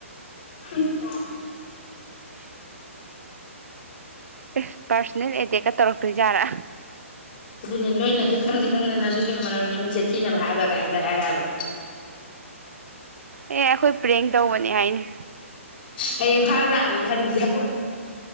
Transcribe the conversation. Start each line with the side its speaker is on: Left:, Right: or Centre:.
Left: ꯈꯇ
Right: ꯎꯝ ꯑꯦ ꯄꯥꯔꯁꯣꯅꯦꯜ ꯑꯦꯇꯦꯛꯀ ꯇꯧꯔꯛꯇꯣꯏꯖꯥꯠꯔꯥ
Left: ꯑꯗꯨꯅꯦ ꯅꯣꯏꯅ ꯑꯗꯨ ꯈꯪꯗꯤꯦ ꯈꯪꯗꯅ ꯑꯗꯨꯒꯤ ꯃꯔꯝꯗꯤ ꯃꯤꯡꯆꯠ ꯊꯤꯅꯕ ꯍꯥꯏꯕ ꯀꯥꯏꯗ ꯍꯥꯏꯔꯛꯑꯕ
Right: ꯑꯦ ꯑꯩꯈꯣꯏ ꯄ꯭ꯔꯦꯡ ꯇꯧꯕꯅꯦ ꯍꯥꯏꯅꯤ
Left: ꯍꯌꯦꯡ ꯐꯥꯎꯕ ꯂꯥꯛꯑꯕꯅꯤ ꯐꯥꯔꯤꯁꯦ